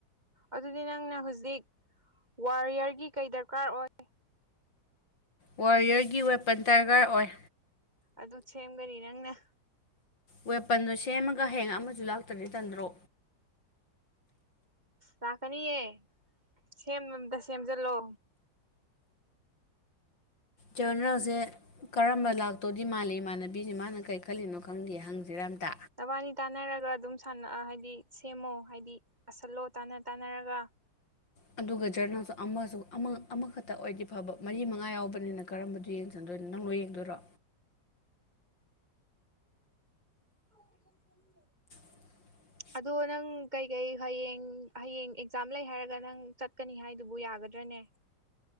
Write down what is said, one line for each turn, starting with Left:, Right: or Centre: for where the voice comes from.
Right: ꯑꯗꯨꯗꯤ ꯅꯪꯅ ꯍꯧꯖꯤꯛ ꯋꯥꯔꯤꯌꯔꯒꯤ ꯀꯩ ꯗꯔꯀꯥꯔ ꯑꯣꯏ
Left: ꯋꯥꯔꯤꯌꯔꯒꯤ ꯋꯦꯄꯟ ꯗꯔꯀꯥꯔ ꯑꯣꯏ
Right: ꯑꯗꯨ ꯁꯦꯝꯒꯅꯤ ꯅꯪꯅ
Left: ꯋꯦꯄꯟꯗꯣ ꯁꯦꯝꯃꯒ ꯍꯦꯡ ꯑꯃꯁꯨ ꯂꯥꯛꯇ꯭ꯔꯅꯤ ꯇꯟꯗ꯭ꯔꯣ
Right: ꯂꯥꯛꯀꯅꯤꯌꯦ ꯁꯦꯝ ꯑꯇ ꯁꯦꯝꯖꯜꯂꯣ
Left: ꯔꯅꯦꯜꯁꯦ ꯀꯔꯝꯕ ꯂꯥꯛꯇꯧꯗꯤ ꯃꯥꯜꯂꯤ ꯏꯃꯥꯟꯅꯕꯤꯁ ꯃꯥꯅ ꯀꯔꯤ ꯈꯜꯂꯤꯅꯣ ꯈꯪꯗꯦ ꯍꯪꯗꯔꯥꯝꯇ
Right: ꯅꯕꯥꯅꯤ ꯇꯥꯟꯅꯔꯒ ꯑꯗꯨꯝ ꯁꯥꯟꯅ ꯍꯥꯏꯗꯤ ꯁꯦꯝꯃꯣ ꯍꯥꯏꯗꯤ ꯑꯁꯜꯂꯣ ꯇꯥꯟꯅ ꯇꯥꯟꯅꯔꯒ
Left: ꯑꯗꯨꯒ ꯖꯔꯅꯦꯜꯁꯨ ꯑꯃꯁꯨ ꯑꯃ ꯑꯃꯈꯛꯇ ꯑꯣꯏꯗꯤ ꯐꯕ ꯃꯔꯤ ꯃꯉꯥ ꯌꯥꯎꯕꯅꯤꯅ ꯀꯔꯝꯕꯗꯨ ꯌꯦꯡ ꯁꯟꯗꯣꯏꯟ‌ ꯅꯪ ꯂ‌ꯣꯏ ꯌꯦꯡꯗꯣꯏꯔꯣ
Right: <unintelligible>
Left: <unintelligible>
Right: ꯑꯗꯣ ꯅꯪ ꯀꯩꯀꯩ ꯍꯌꯦꯡ ꯍꯌꯦꯡ ꯑꯦꯛꯖꯥꯝ ꯂꯩ ꯍꯥꯏꯔꯒ ꯅꯪ ꯆꯠꯀꯅꯤ ꯍꯥꯏꯗꯨꯕꯨ ꯌꯥꯒꯗ꯭ꯔꯅꯦ